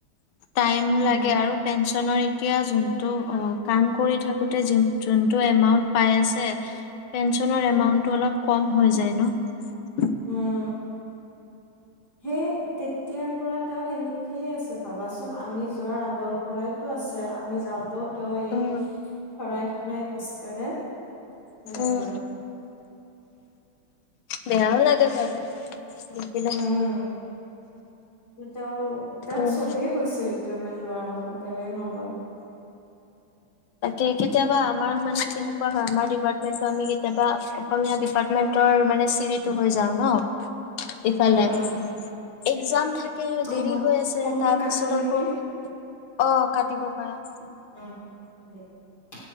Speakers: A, on the left; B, on the left.
A: টাইম
B: উম
A: লাগে আৰু পেঞ্চন নৰ এতিয়া যোনটো অ কাম কৰি থাকোতে য যোনতটো এমাউন্ট পাই আছে, <inaudible> পেঞ্চনৰ এমাউণ্টটো
B: উম
A: অলপ কম । হৈ যায় ন ।
B: উম সেই তেতিয়াৰ পৰা তেওঁ সেনেকেই আছে ভাবাচোন, আমি যোৱাৰ আগৰ পৰাইতো আছে আমি যাওঁতেও তেওঁ এই
A: উম
B: শৰাই শৰাই খোজ কঢ়ে সেনেকুৱাই
A: উম বেয়াও লাগে বাৰু দি দিলে
B: উম্ তেওঁ তেওঁক
A: উম
B: চবেই কৈছে ঋতু পেয়মেণ্ট লোৱাৰ কথাত তেওঁয়ে নলয়
A: তাকে কেতিয়াবা আমাৰ মানে কেনেকুৱা হয় আমাৰ ডিপাৰ্টমেন্টটো আমি কেতিয়াবা অসমীয়া ডিপাৰ্টমেন্টৰ মানে চিৰিটো হৈ যাওঁ ন ইফালে
B: উম উম
A: একজাম থাকে
B: অ
A: দেৰি
B: মই
A: হৈ আছে
B: ফোনটো
A: তাৰপিছত
B: কাটো নেকি
A: আকৌ অ কাটিব পাৰা
B: উম